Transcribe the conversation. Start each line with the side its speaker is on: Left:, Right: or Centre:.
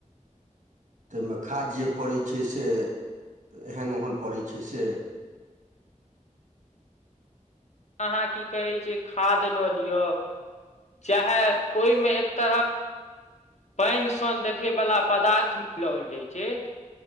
Right: ताहिमे खाद जे पड़ै छै से एहन ओहन पड़ै छै से <inaudible>
Left: अहाँ की कहै छै खाद लऽ लियौ चाहे ओहिमे एक तरहक पाइन सन देखयवला पदार्थ मिलाओल जाइत छै